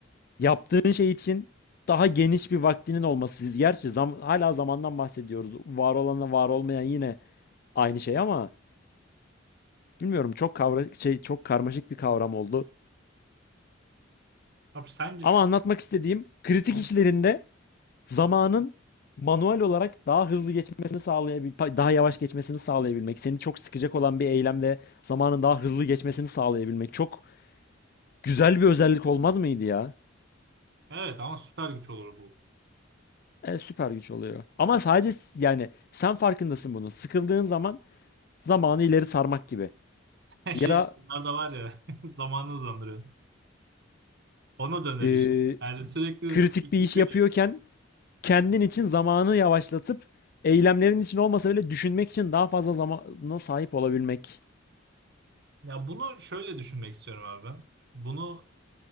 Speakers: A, on the left (about 50°); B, on the right (about 60°).
A: yaptığın şey için daha geniş bir vaktinin olması. Gerçi zam- hala zamandan bahsediyoruz. Var olanla var olmayan yine aynı şey ama bilmiyorum çok kavra şey çok karmaşık bir kavram oldu.
B: Abi sence
A: Ama
B: şu
A: anlatmak istediğim kritik
B: anda
A: işlerinde zamanın manuel olarak daha hızlı geçmesini sağlayabilmek, daha yavaş geçmesini sağlayabilmek, seni çok sıkacak olan bir eylemde zamanın daha hızlı geçmesini sağlayabilmek çok güzel bir özellik olmaz mıydı ya?
B: Evet ama süper güç olur bu.
A: Evet, süper güç oluyor. Ama sadece s- yani sen farkındasın bunun. Sıkıldığın zaman zamanı ileri sarmak gibi.
B: <laughs> Her şey
A: Ya da
B: bunlar da var ya <laughs> zamanı hızlandırıyor. Ona döner
A: eee,
B: işte. Yani sürekli
A: kritik
B: üç,
A: bir iş
B: üç-
A: yapıyorken kendin için zamanı yavaşlatıp eylemlerin için olmasa bile düşünmek için daha fazla zamana sahip olabilmek.
B: Ya bunu şöyle düşünmek istiyorum abi ben. Bunu